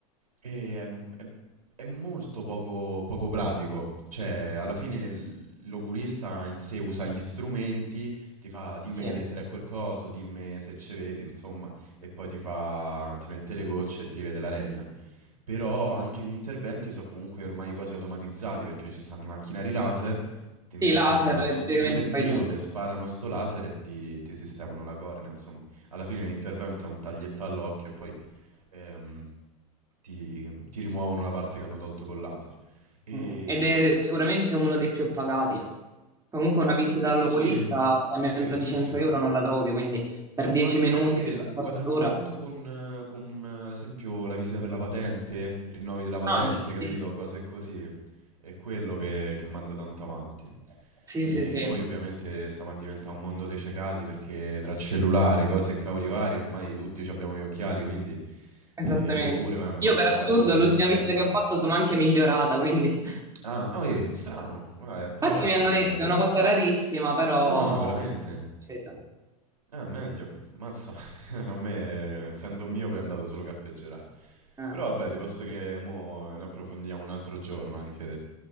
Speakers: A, on the right; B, on the right.
A: e è, m- è- è molto poco, poco pratico, cioè alla fine l- l'oculista in sé usa gli strumenti, ti fa dimmi
B: sì.
A: che lettere è quel coso, dimmi se ci vedi, insomma, e poi ti fa, ti mette le gocce e ti vede la retina. Però anche gli interventi sono comunque ormai quasi automatizzati perché ci stanno i macchinari laser, ti mettono
B: Sì, laser
A: là
B: eh,
A: sotto
B: praticamente
A: sul lettino,
B: fai tutto.
A: ti sparano sto laser e ti, ti sistemano la cornea, insomma. Alla fine l'intervento è un taglietto all'occhio e poi ehm, ti, ti rimuovono la parte che hanno tolto col laser. E...
B: Mm. Ed è sicuramente uno dei più pagati. Comunque una visita
A: Mm,
B: all'oculista
A: sì,
B: a
A: sì,
B: meno
A: sì,
B: di 100
A: sì.
B: euro non la trovi, quindi per 10
A: Ma anche
B: minuti,
A: perché
B: un
A: la- guadagni
B: quarto d'ora.
A: tanto con, eh, con, eh, ad esempio, la visita per la patente, rinnovi della patente,
B: Anche,
A: capito?
B: sì.
A: Cose così. È quello che, che manda tanto avanti.
B: Sì,
A: E
B: sì, sì,
A: poi ovviamente stiamo a diventare un mondo dei cecati perché tra cellulare, cose e cavoli vari, ormai tutti ci abbiamo gli occhiali, quindi
B: esattamente.
A: eh, io pure, va, mi
B: Io
A: mancano
B: per assurdo
A: 4 gradi
B: all'ultima
A: e mezzo.
B: visita che ho fatto sono anche migliorata, quindi...
A: Ah, oh, eh, strano, ma è pure
B: Infatti
A: raro
B: mi hanno
A: come...
B: detto che è una cosa rarissima, però...
A: No, no, veramente.
B: Sì, dai.
A: Ah, meglio, mazza. <laughs> A me, essendo mio, è andato solo che a peggiorare.
B: Eh.
A: Però vabbè, ti posso dire, mo ne approfondiamo un altro giorno anche